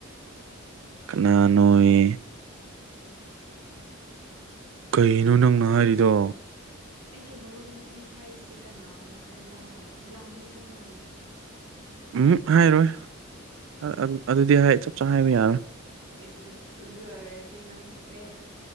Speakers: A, on the right; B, on the right.
A: ꯀꯅꯥ ꯅꯣꯌꯦ ꯀꯩꯅꯣ ꯅꯪꯅ ꯍꯥꯏꯔꯤꯗꯣ?
B: ꯑꯩꯒꯤ ꯃꯔꯨꯞ ꯅꯨꯄꯤ ꯍꯥꯏꯁꯦ ꯀꯅꯥꯅꯣ ꯍꯥꯏꯕ ꯌꯥꯝꯃꯦꯗꯅ꯫
A: ꯎꯝ ꯍꯥꯏꯔꯣꯏ ꯑꯗꯨ ꯑꯗꯨꯗꯤ ꯆꯞ ꯆꯥꯅ ꯍꯥꯏꯕ ꯌꯥꯔꯣꯏ꯫
B: ꯑꯦ ꯑꯁ ꯑꯗꯨ ꯑꯣꯏꯔꯗꯤ ꯅꯪꯁꯦ